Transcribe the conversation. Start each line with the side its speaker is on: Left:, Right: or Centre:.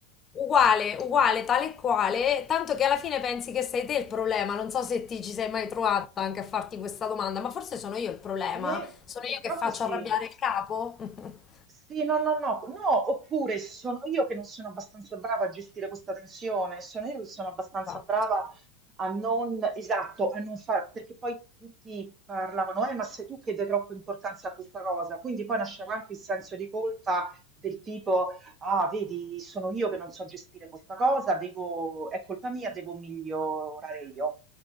Left: Uguale, uguale, tale e quale, tanto che alla fine pensi che sei te il problema. Non so se ti ci sei mai trovata anche a farti questa domanda, ma forse sono io il problema.
Right: E
Left: Sono
Right: purtroppo
Left: io che faccio
Right: sì.
Left: arrabbiare il capo? <laughs>
Right: Sì, no, no, no, no, oppure sono io che non sono abbastanza brava a gestire questa tensione, sono io che sono abbastanza
Left: Esatto.
Right: brava a non, esatto, a non far, perché poi tutti parlavano, eh, ma sei tu che dai troppa importanza a questa cosa, quindi poi nasceva anche il senso di colpa del tipo, ah, vedi, sono io che non so gestire questa cosa, devo, è colpa mia, devo migliorare io.